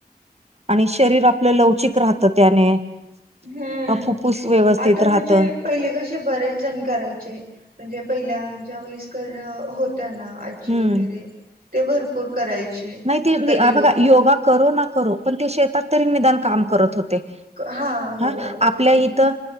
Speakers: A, on the right; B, on the right.
A: आणि शरीर आपलं लवचिक राहतं त्यानेफुफ्फुस
B: हम्म
A: व्यवस्थित
B: आता
A: राहतं.
B: म्हणजे पहिले कसे बरेच जण करायचे म्हणजे पहिल्या ज्या वयस्कर होत्या ना. चिव
A: हम्म.
B: वगैरे ते भरपूर करायचे.
A: नाही ते
B: पहिली लोकं
A: बघा, योगा करो ना करो पण ते शेतात तरी निदान काम करत होते.
B: हा हो
A: हा आपल्या
B: होते
A: इथं